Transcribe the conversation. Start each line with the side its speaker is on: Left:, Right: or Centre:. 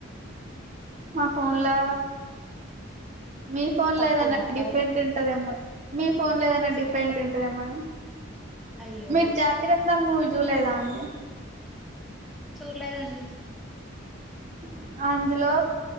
Right: మా ఫోన్ లా మీ ఫోన్
Centre: తప్పు
Right: లో ఏదన్నా
Centre: ఉందా
Right: డిఫరెంట్
Centre: టైం
Right: ఉంటదేమో మీ ఫోన్ లో ఏదైనా డిఫరెంట్ ఉంటదేమో అని
Centre: అయ్యో
Right: మీరు జాతిరత్నాలు మూవీ చుడలేదా అండి
Centre: చూడలేదండి
Right: <inaudible> అందులో